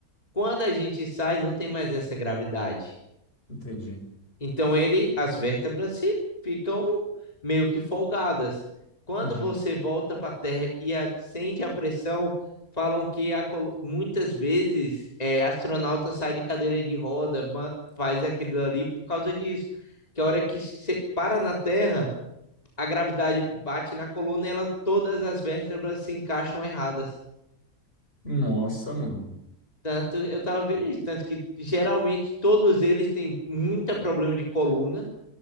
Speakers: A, on the left; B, on the left.
A: Quando a gente sai, não tem mais essa gravidade.
B: Entendi.
A: Então ele, as vértebras se ficam meio que folgadas. Quando
B: Uhum.
A: você volta para a Terra e a- sente a pressão, falam que a colo- muitas vezes é, astronauta sai de cadeira de roda, ma- faz aquilo ali por causa disso. Que a hora que se para na Terra, a gravidade bate na coluna e ela, todas as vértebras se encaixam erradas.
B: Nossa, mano.
A: Tanto, eu tava vendo isso, tanto que geralmente todos eles têm muito problema de coluna.